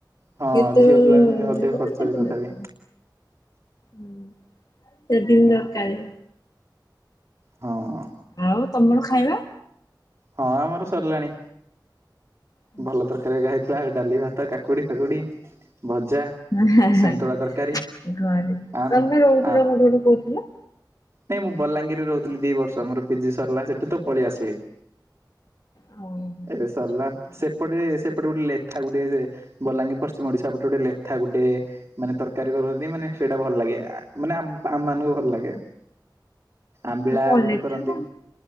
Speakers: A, on the right; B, on the left.
A: ହଁ
B: ଯେତେଳେ
A: ଝିଅ
B: ଦେବେ
A: ପିଲା ପାଇଁ ଅଧିକ ଖର୍ଚ୍ଚ
B: ଯେବେ
A: ବି ତଥାପି
B: ଯେବେ। ହୁଁ ସେଭିଙ୍ଗ୍ ଦରକାର୍।
A: ହଁ।
B: ଆଉ ତମର ଖାଇବା?
A: ହଁ ଆମର ସରିଲାଣି
B: ଆଚ୍ଛା।
A: ଭଲ ତରକାରୀ ହାଗା ହେଇଥିଲା ଡାଲି ଭାତ କା କାକୁଡ଼ି ଫାକୁଡ଼ି ଭଜା।
B: ହା
A: ସେନ୍ତୁଳା
B: ହା
A: ତରକାରୀ
B: ଘରେ
A: ଆମେ
B: ତମେ ରହୁଥିଲ
A: ଆଉ
B: କୋଉଠୁ ଗୋଟେ କହୁଥିଲ?
A: ନାଇଁ ମୁଁ ବଲାଙ୍ଗୀରରେ ରହୁଥିଲି ଦି ବର୍ଷ ମୋର ପିଜି ସରିଲା ସେଠୁତ ପଳିଆସିଲି।
B: ଆଉ ଆଚ୍ଛା
A: ଏବେ ସରିଲା
B: ଆଚ୍ଛା।
A: ସେ ସେପଟେ ସେପଟେ ଗୋଟେ ଲେଥା ଗୋଟେ ବଲାଙ୍ଗୀର ପଶ୍ଚିମ ଓଡ଼ିଶା ପଟେ ଗୋଟେ ଲେଥା ଗୋଟେ ମାନେ ତରକାରୀ କରନ୍ତି ମାନେ ସେଇଟା ଭଲ ଲାଗେ ମାନେ ଆମ ମାନଙ୍କୁ ଭଲ ଲାଗେ। ଆମ୍ବିଳା
B: ଆଉ କଣ
A: ଗୋଟେ
B: ଲେଠା
A: କରନ୍ତି।
B: କଣ